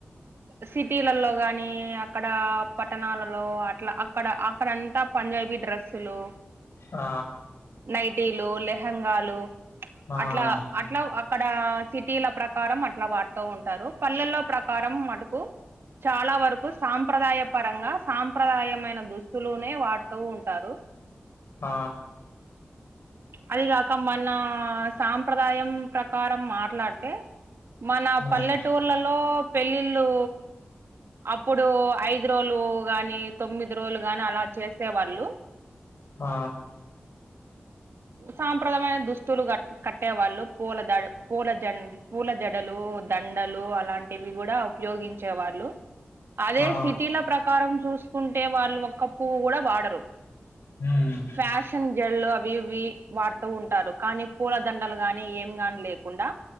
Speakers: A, on the right (about 75°); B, on the left (about 85°).
A: సిటీలలో గాని అక్కడ పట్టణాలలో అట్లా అక్కడ అక్కడంతా పంజాబీ డ్రెస్సులు
B: ఆ
A: నైటీలు లెహెంగాలు
B: ఆ
A: అట్లా అట్ అట్లా అక్కడ సిటీల ప్రకారం అట్లా వాడుతూ ఉంటారు పల్లెల్లో ప్రకారం మటుకు చాలా వరకు సాంప్రదాయం పరంగా సాంప్రదాయమైన దుస్తులునే వాడుతూ ఉంటారు
B: ఆ
A: అది కాక మన సాంప్రదాయం ప్రకారం మాట్లాడితే మన
B: మ్
A: పల్లెటూర్లలో పెళ్ళిళ్ళు అప్పుడు ఐదు రోజులు గాని తొమ్మిది రోజులు గాని అలా చేసే వాళ్ళు
B: ఆ
A: సాంప్రదామైన దుస్తులు క కట్టే వాళ్ళు పూలద పూల జం పూల జడలు దండలు అలాంటివి కూడా ఉపయోగించే వాళ్ళు అదే
B: ఆ ఆ
A: సిటీల ప్రకారం చూసుకుంటే వాళ్ళు ఒక్క పువ్వు కూడా వాడరు
B: ఉమ్మ్
A: ఫ్యాషన్ జళ్లు అవి ఇవి వాడుతూ ఉంటారు కానీ పూలదండలు గానీ ఏం గాని లేకుండా